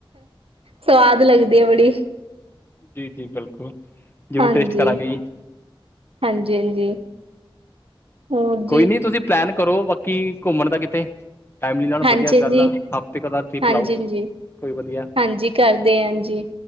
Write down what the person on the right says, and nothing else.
ਸਵਾਦ ਲੱਗਦੀ ਐ ਬੜੀ
ਹਾਂਜੀ,
ਹਾਂਜੀ, ਹਾਂਜੀ ਹੋਰ ਜੀ
ਹਾਂਜੀ
ਹਾਂਜੀ
ਹਾਂਜੀ
ਹਾਂਜੀ
ਹਾਂਜੀ ਕਰਦੇ ਆ ਹਾਂਜੀ